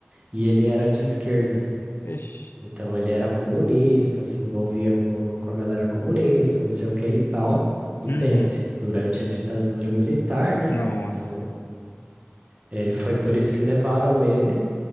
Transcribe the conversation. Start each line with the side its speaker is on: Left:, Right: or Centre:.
Right: e ele era de esquerda.
Left: Ixi.
Right: Então, ele era comunista, se envolvia com, com a galera comunista, não sei o que e tal. E
Left: Uhum.
Right: pense, durante a ditadura militar, né?
Left: Nossa.
Right: Então, Eh, foi por isso que levaram ele,